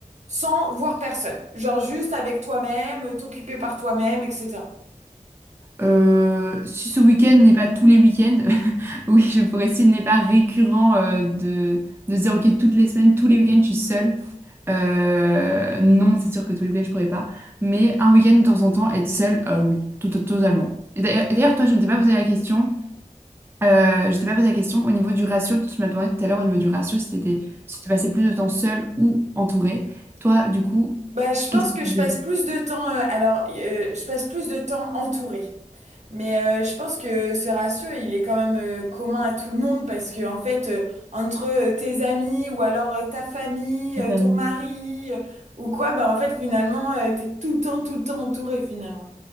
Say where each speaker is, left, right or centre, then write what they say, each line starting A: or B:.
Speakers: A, on the right (about 60°); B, on the right (about 15°).
A: sans voir personne? Genre juste avec toi-même, t'occuper par toi-même, etc.
B: Euh, si ce week-end n'est pas tous les week-ends, <laughs> oui, je pourrais, s'il n'est pas récurrent euh, de, de se dire, ok, toutes les semaines, tous les week-ends, je suis seule. Euh, non, c'est sûr que tous les week-ends, je pourrais pas. Mais un week-end, de temps en temps, être seule, euh, oui, tout, totalement. Et d'ailleurs, et d'ailleurs, toi, je ne t'ai pas posé la question. euh, je t'ai pas posé la question au niveau du ratio. Tu m'as demandé tout à l'heure au niveau du ratio si t'étais, si tu passais plus de temps seule ou entourée. Toi, du coup,
A: Bah, je pense
B: qu'est-ce que
A: que
B: tu
A: je
B: dirais
A: passe plus de temps, euh, alors euh, je passe plus de temps entourée. Mais euh, je pense que ce ratio, il est quand même euh, commun à tout le monde parce que en fait, euh, entre euh, tes amis ou alors euh, ta famille,
B: à
A: euh,
B: ta famille?
A: ton mari euh, ou quoi, bah en fait finalement, euh, t'es tout le temps, tout le temps entouré finalement.